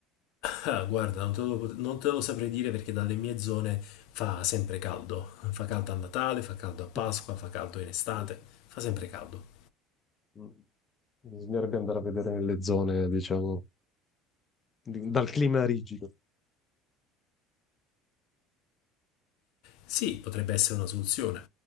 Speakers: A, on the left; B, on the left.
A: Ah, guarda, non te lo, pot- non te lo saprei dire perché dalle mie zone fa sempre caldo. Fa caldo a Natale, fa caldo a Pasqua,
B: Eh,
A: fa caldo in estate,
B: giusto.
A: fa sempre caldo.
B: Mm. Bisognerebbe andare a vedere nelle zone, diciamo, di- dal clima rigido.
A: Sì, potrebbe essere una soluzione.